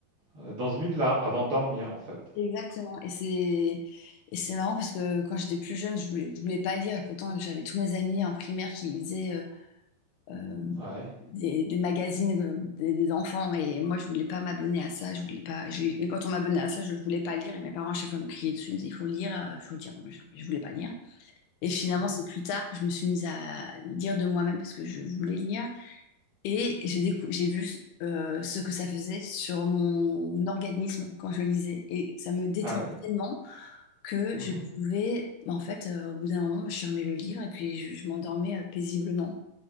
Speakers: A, on the right; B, on the left.
A: euh, dans ce but-là, avant de dormir en fait.
B: Exactement. Et c'est et c'est marrant parce que quand j'étais plus jeune, je voulais, je voulais pas lire et pourtant j'avais tous mes amis en primaire qui lisaient euh,
A: Ouais.
B: des, des magazines euh, des, des enfants et moi je voulais pas m'abonner à ça je voulais pas je- et quand on m'abonnait à ça je, je voulais pas lire et mes parents à chaque fois me criaient dessus ils me disaient il faut lire il faut lire moi je, je voulais pas lire et
A: Il
B: finalement
A: faut lire.
B: c'est plus tard que je me suis mise à lire de moi-même parce que je voulais lire et j'ai décou- j'ai vu euh, ce que ça faisait sur mon organisme quand je lisais et ça me détendait
A: Ah ouais.
B: tellement que
A: Mhm.
B: je pouvais bah, en fait euh, au bout d'un moment je fermais le livre et puis je, je m'endormais euh, paisiblement